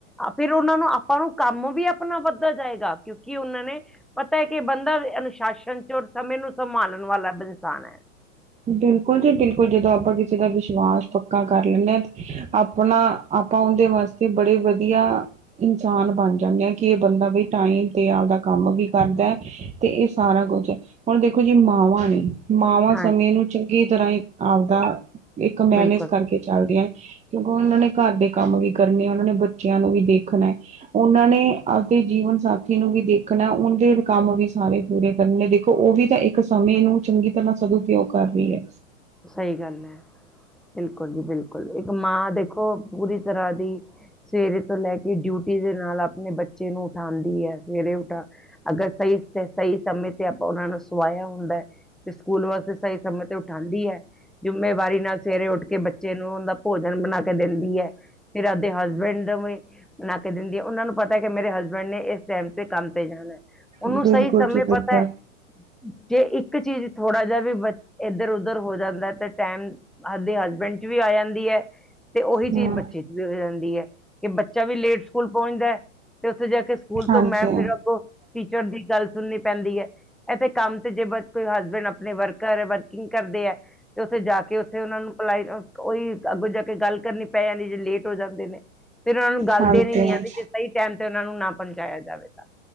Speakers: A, in the centre; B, on the right.
A: ਅ ਫਿਰ ਉਹਨਾਂ ਨੂੰ ਆਪਾਂ ਨੂੰ ਕੰਮ ਵੀ ਆਪਣਾ ਵੱਧਦਾ ਜਾਏਗਾ। ਕਿਉਂਕਿ ਕਿ ਉਹਨਾਂ ਨੇ ਪਤਾ ਹੈ ਕਿ ਬੰਦਾ ਅਨੁਸ਼ਾਸਨ ਚ ਔ ਸਮੇਂ ਨੂੰ ਸੰਭਾਲਣ ਵਾਲਾ ਬੀ ਇਨਸਾਨ ਹੈ।
B: ਬਿਲਕੁਲ ਜੀ ਬਿਲਕ। ਜਦੋਂ ਆਪਾਂ ਕਿਸੇ ਦਾ ਵਿਸ਼ਵਾਸ ਪੱਕਾ ਕਰ ਲੈਂਦੇ ਹਾਂ ਆਪਣਾ, ਆਪਾਂ ਉਹੱਦੇ ਵਾਸਤੇ ਬੜੇ ਵਧੀਆ ਇਨਸਾਨ ਬਣ ਜਾਂਦੇ ਹਾਂ ਕਿ ਇਹ ਬੰਦਾ ਬਈ ਟਾਈਮ ਤੇ ਆਪਦਾ ਕੰਮ ਵੀ ਕਰਦਾ ਹੈ, ਤੇ ਇਹ ਸਾਰਾ ਕੁਛ ਹੈ। ਹੁਣ ਦੇਖੋ ਜੀ ਮਾਵਾਂ ਨੇ ਮਾਵਾਂ
A: ਹਾਂਜੀ
B: ਸਮੇਂ ਨੂੰ ਚੰਗੀ ਤਰ੍ਹਾਂ ਹੀ ਆਪਦਾ ਇੱਕ ਮੈਨੇਜ
A: ਬਿਲਕੁਲ
B: ਕਰਕੇ ਚਲਦੀਆਂ ਨੇ। ਕਿਉਂਕਿ ਉਹਨਾਂ ਨੇ ਘਰ ਦੇ ਕੰਮ ਵੀ ਕਰਨੇ ਆ। ਉਹਨਾਂ ਨੇ ਬੱਚਿਆਂ ਨੂੰ ਵੀ ਦੇਖਣਾ ਹੈ। ਉਹਨਾਂ ਨੇ ਜੀਵਨ ਸਾਥੀ ਨੂੰ ਵੀ ਦੇਖਣਾ ਹੈ, ਉਹਂਦੇ ਕੰਮ ਵੀ ਸਾਰੇ ਪੂਰੇ ਕਰਨੇ, ਦੇਖੋ ਉਹ ਵੀ ਤੇ ਇੱਕ ਸਮੇਂ ਨੂੰ ਨੂੰ ਚੰਗੀ ਤਰ੍ਹਾਂ ਸਦੂਉਪਯੋਗ ਕਰ ਰਹੀ ਹੈ।
A: ਸਈ ਗੱਲ ਐ। ਬਿਲਕੁਲ ਜੀ ਬਿਲਕੁਲ ਇੱਕ ਮਾਂ ਦੇਖੋ ਪੂਰੀ ਤਰ੍ਹਾਂ ਦੀ ਸਵੇਰੇ ਤੋਂ ਲੈ ਕੇ ਡਿਊਟੀ ਦੇ ਨਾਲ ਆਪਣੇ ਬੱਚੇ ਨੂੰ ਉਠਾਂਦੀ ਐ, ਸਵੇਰੇ ਉਠਾ ਅਗਰ ਸਈ ਸਈ ਸਮੇਂ ਤੇ ਆਪਾਂ ਉਹਨਾਂ ਨੂੰ ਸਵਾਇਆ ਹੁੰਦਾ ਐ ਤੇ ਸਕੂਲ ਵਾਸਤੇ ਸਈ ਸਮੇਂ ਤੇ ਉਠਾਂਦੇ ਦੀ ਐ, ਜਿੰਮੇਵਾਰੀ ਨਾਲ ਸਵੇਰੇ ਉੱਠ ਕੇ ਬੱਚੇ ਨੂੰ ਉਂਦਾ ਭੋਜਨ ਬਣਾ ਕੇ ਦਿੰਦੀ ਐ। ਫੇਰ ਆਪਦੇ ਹਸਬੈਂਡ ਉਈ ਬਣਾ ਕੇ ਦਿੰਦੀ ਐ, ਉਹਨਾਂ ਨੂੰ ਪਤਾ ਕਿ ਮੇਰੇ ਹਸਬੈਂਡ ਨੇ ਇਸ ਟਾਈਮ ਤੇ ਕੰਮ ਤੇ ਜਾਣਾ। ਉਹਨੂੰ
B: ਬਿਲਕੁਲ
A: ਸਈ ਸਮੇਂ
B: ਜੀ ਬਿਲਕੁਲ
A: ਪਤਾ ਐ ਜੇ ਇੱਕ ਚੀਜ਼ ਥੋੜਾ ਜਦ ਵੀ ਬਸ ਇਧਰ ਉਧਰ ਹੋ ਜਾਂਦਾ ਤੇ ਟੈਮ ਆਪਦੇ ਹਸਬੈਂਡ ਚ ਵੀ ਆ ਜਾਂਦੀ ਐ। ਤੇ ਉਹੀ ਚੀਜ਼
B: ਹੂੰ
A: ਬੱਚੇ ਚ ਵੀ ਹੋ ਜਾਂਦੀ ਐ ਕਿ ਬੱਚਾ ਵੀ ਲੇਟ ਸਕੂਲ ਪਹੁੰਚਂਦਾ। ਉੱਥੇ ਜਾ ਕੇ ਸਕੂਲ
B: ਹਾਂਜੀ
A: ਤੋਂ ਮੈਂ ਫਿਰ ਅੱਗੋਂ ਟੀ ਚਰ ਦੀ ਗੱਲ ਸੁਣਨੀ ਪੈਂਦੀ ਐ ਇੱਥੇ ਕੰਮ ਤੇ ਜੇ ਬ ਕੋਈ ਹਸਬੈਂਡ ਆਪਣੇ ਵਰਕਰ ਵਰਕਿੰਗ ਚ ਕਰਦੇ ਐ ਤੇ ਉੱਥੇ ਜਾ ਕੇ ਉੱਥੇ ਉਹਨਾਂ ਨੂੰ ਪਲਾਈ ਕੋਈ ਅੱਗੋਂ ਜਾ ਕੇ ਗੱਲ ਕਰਨੀ ਪੈ ਜਾਂਦੀ ਜੇ ਲੇਟ ਹੋ ਜਾਂਦੇ ਨੇ ਫਿਰ ਉਹਨਾਂ ਨੂੰ ਗੱਲ
B: ਹਾਂਜੀ
A: ਦੇਣੀ ਨੀ ਆਂਦੀ ਜੇ ਸਈ ਟਾਈਮ ਤੇ ਉਹਨਾਂ ਨੂੰ ਨਾ ਪਹੁੰਚਾਇਆ ਜਾਵੇ ਤਾਂ।